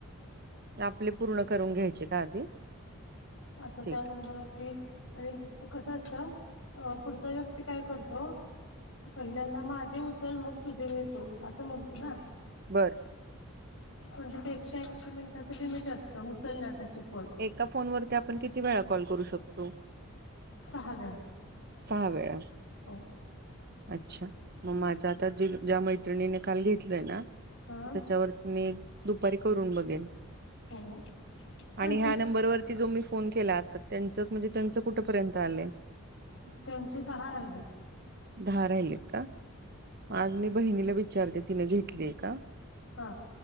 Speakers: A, on the right; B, on the left.
A: आपले पूर्ण करून घ्यायचे का आधी?
B: आता
A: ठीक
B: त्या नंबरवरती
A: आहे.
B: आणि कसं असतं पुढचा व्यक्ती काय करतो पहिल्यांदा माझे उचल मग तुझे येतो असं म्हणतो ना
A: बरं
B: म्हणजे ते एकशे ऐंशी मिनिटाचं लिमिट असतं उचलण्यासाठी फोन
A: एका फोन वरती आपण किती वेळा कॉल करू शकतो
B: सहा वेळा
A: सहा वेळा-
B: हो
A: अच्छा मग माझ आता जे ज्या मैत्रिणीने काल घेतलंय ना
B: हा
A: त्याच्यावरती मी दुपारी करून बघेल
B: हो कंटिन्यू
A: आणि ह्या नंबरवररती जो मी फोन केला त्यांच म्हणजे त्यांचं कुठपर्यंत आलंय
B: त्यांचे दहा राहिलेत
A: दहा राहिलेत का आज मी बहिणीला विचारते तिनं घेतलीय का
B: हा